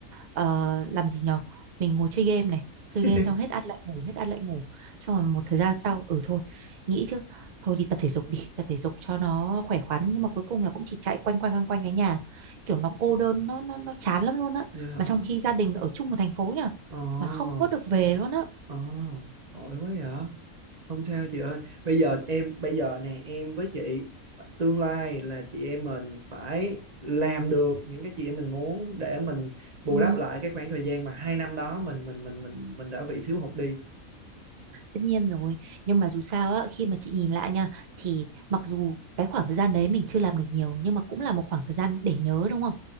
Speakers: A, on the right; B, on the right.
A: ờ, làm gì nhở mình ngồi chơi game này chơi
B: <laughs>
A: game xong hết ăn lại ngủ hết ăn lại ngủ xong rồi một thời gian sau ừ thôi nghĩ chứ thôi đi tập thể dục đi tập thể dục cho nó khỏe khoắn nhưng mà cuối cùng là cũng chỉ chạy quanh quanh quanh quanh cái nhà kiểu nó cô đơn nó nó nó chán lắm luôn á
B: Dạ hả?
A: mà trong khi gia đình ở chung một thành phố nhở
B: Ồ.
A: mà không có được về luôn á
B: Ồ. Tội quá vậy. Không sao chị ơi, bây giờ em bây giờ nè em với chị phải- tương lai là chị em mình phải làm được những cái chị em mình muốn để mình bù
A: ừ
B: đắp lại cái khoảng thời gian mà hai năm đó mình mình mình mình mình đã bị thiếu hụt đi.
A: tất nhiên rồi nhưng mà dù sao á khi mà chị nhìn lại nha thì mặc dù cái khoảng thời gian đấy mình chưa làm được nhiều nhưng mà cũng là một khoảng thời gian để nhớ đúng không